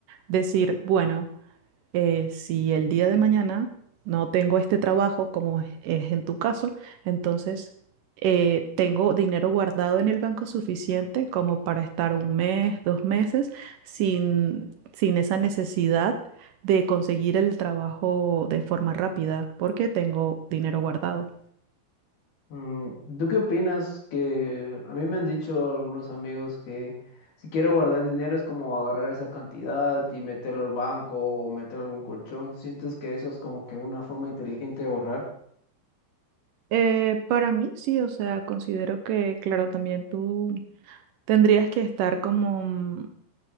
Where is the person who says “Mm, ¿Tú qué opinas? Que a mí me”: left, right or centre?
Left